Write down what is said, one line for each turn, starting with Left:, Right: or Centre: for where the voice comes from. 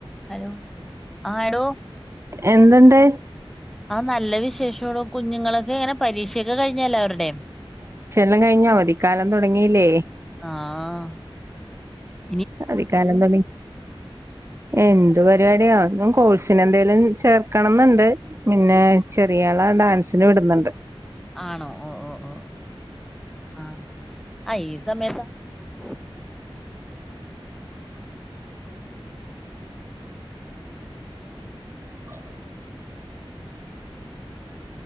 Centre: Hello ആഹ് എടോ
Right: എന്തുണ്ട്
Centre: നല്ല വിശേഷോടോ കുഞ്ഞുങ്ങളൊക്കെ ഇങ്ങനെ പരീക്ഷൊക്കെ കഴിഞ്ഞഎല്ലാവരുടെം
Right: ല്ലാം കഴിഞ്ഞ് അവധിക്കാലം തുടങ്ങിയില്ലേ
Centre: ആഹ്
Right: അവധിക്കാലം തുടങ്ങി എന്ത് എന്ത് പരിപാടിയാ കോഴ്സിന് എന്തേലും ചേർക്കണംന്ന്ണ്ട് പിന്നെ ചെറിയാള ഡാൻസിന് വിട്ന്ന്ണ്ട്
Centre: ആണോ ഓ ഓ ഓ ആഹ് ആ ഈ സമയത്താണല്ലോ
Right: ആ <unintelligible>